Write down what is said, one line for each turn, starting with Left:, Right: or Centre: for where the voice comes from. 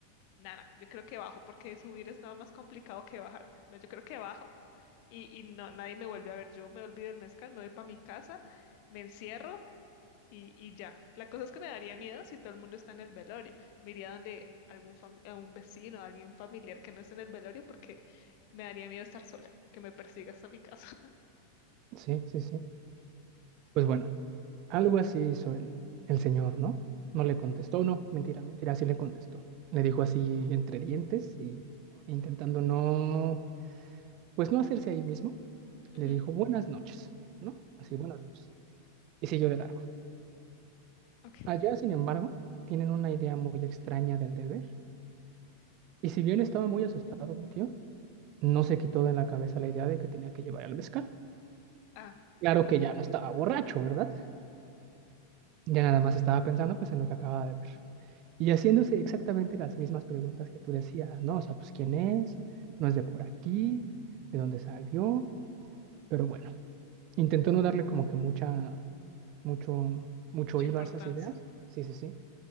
Left: Nada, yo creo que bajo, porque subir es nada más complicado que bajar. No, yo creo que bajo y, y no, nadie me vuelve a ver. Yo me olvido del mezcal, me voy para mi casa, me encierro y, y ya. La cosa es que me daría miedo si todo el mundo está en el velorio. Me iría donde algún fam- a un vecino, alguien familiar que no esté en el velorio, porque me daría miedo estar sola y que me persiga hasta mi casa. <laughs>
Right: sí, sí, sí. Pues bueno, algo así hizo el, el señor, ¿no? No le contestó, no, mentira, mentira, sí le contestó. Le dijo así entre dientes y e intentando no, pues no hacerse ahí mismo,
Left: Ujú,
Right: le dijo buenas noches, ¿no? Así, buenas noches. Y siguió de largo.
Left: Ok.
Right: Allá, sin embargo, tienen una idea muy extraña del deber. Y si bien estaba muy asustado mi tío, no se quitó de la cabeza la idea de que tenía que llevar al mezcal.
Left: Ah,
Right: Claro que ya no estaba borracho, ¿verdad? Ya nada más estaba pensando pues en lo que acababa de ver. Y haciéndose exactamente las mismas preguntas que tú decías, ¿no? O sea, pues quién es, no es de por aquí, de dónde salió, pero bueno, intentó no darle como que mucha, mucho, mucho
Left: su
Right: hilo
Left: importancia.
Right: a esas ideas. Sí, sí, sí.